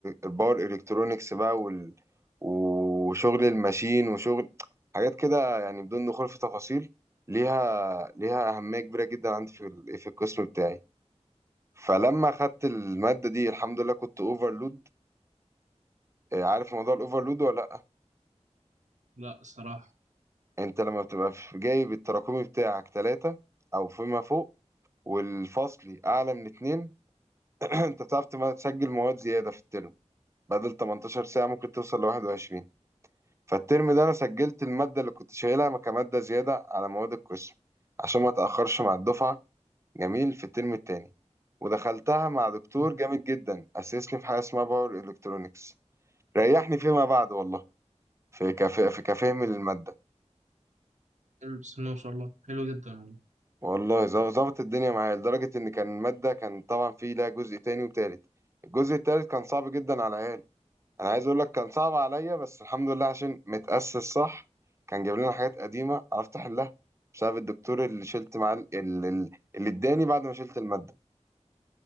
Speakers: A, on the right; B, on the right.
A: الباور الكترونكس بقى وال... وشغل الماشين وشغل حاجات كده يعني بدون دخول في تفاصيل ليها ليها اهميه كبيره جدا عندي في ال- في القسم بتاعي فلما اخدت الماده دي الحمد لله كنت اوفرلود عارف موضوع الاوفرلود ولا لأ؟
B: لا الصراحة
A: انت لما بتبقى في جايب التراكمي بتاعك ثلاثة او فيما فوق والفصلي اعلى من اتنين <clears throat> انت بتعرف تم- تسجل مواد زيادة في الترم بدل 18 ساعة ممكن توصل ل 21 فالترم ده انا سجلت المادة اللي كنت شايلها كمادة زيادة على مواد القسم عشان ما اتأخرش مع الدفعة جميل في الترم التاني ودخلتها مع دكتور
B: مم.
A: جامد جدا اسسني في حاجة اسمها باور الكترونكس ريحني فيما بعد والله في كف... في كفهم للمادة
B: بسم الله ما شاء الله حلو جدا والله
A: والله ظب- ظبط الدنيا معايا لدرجة إن كان مادة كان طبعا فيه لها جزء تاني وتالت الجزء التالت كان صعب جدا على العيال أنا عايز أقول لك كان صعب عليا بس الحمد لله عشان متأسس صح كان جايب لنا حاجات قديمة عرفت أحلها بسبب الدكتور اللي شلت معاه ال- ال- اللي إداني بعد ما شلت المادة